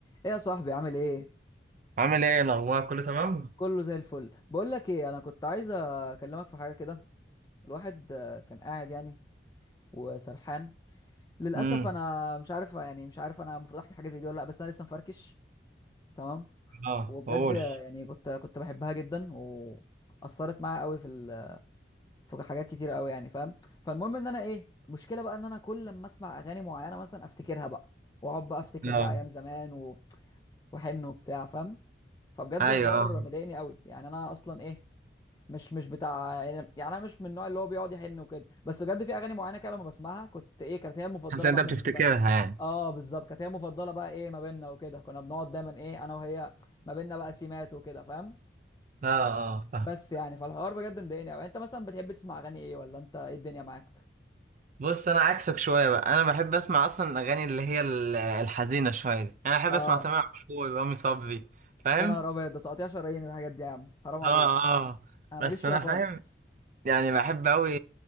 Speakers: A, on the left (about 20°); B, on the right (about 45°).
A: ايه يا صاحبي عامل ايه
B: عامل ايه الاخبار كله تمام
A: كله زي الفل بقول لك ايه انا كنت عايز اكلمك في حاجه كده الواحد آه، كان قاعد يعني وسرحان للاسف
B: امم
A: انا مش عارف يعني مش عارف انا المفروض احكي حاجه زي دي ولا لا بس انا لسه مفركش تمام
B: اه
A: وبجد
B: قول
A: آه، يعني كنت كنت بحبها جدا واثرت معايا قوي في ال... في حاجات كتير قوي يعني فاهم فالمهم ان انا ايه المشكله بقى ان انا كل لما اسمع اغاني معينه مثلا افتكرها بقى واقعد بقى افتكر
B: اه
A: بقى ايام زمان و... وحن وبتاع فاهم فبجد
B: ايوه
A: الحوار
B: اه
A: مضايقني قوي يعني انا اصلا ايه مش مش بتاع يعني يعني انا مش من النوع اللي هو بيقعد يحن وكده بس بجد في اغاني معينه كده لما بسمعها كنت ايه كانت هي المفضله
B: حاسس ان
A: بقى
B: انت
A: بالنسبه
B: بتفتكرها
A: لنا
B: يعني
A: اه بالظبط كانت هي المفضله بقى ايه ما بيننا وكده كنا بنقعد دايما ايه انا وهي ما بيننا بقى سيمات وكده فاهم
B: اه اه فاهم
A: بس يعني فالحوار بجد مضايقني قوي انت مثلا بتحب تسمع اغاني ايه ولا انت ايه الدنيا معاك
B: بص انا عكسك شويه بقى انا بحب اسمع اصلا الاغاني اللي هي ال- الحزينه شويه دي. انا بحب
A: اه
B: اسمع تامر عاشور رامي صبري فاهم
A: يا نهار ابيض ده تقطيع شرايين الحاجات دي يا عم حرام عليك
B: اه اه
A: انا
B: بس
A: ماليش فيها
B: انا
A: خالص
B: فاهم يعني بحب اوي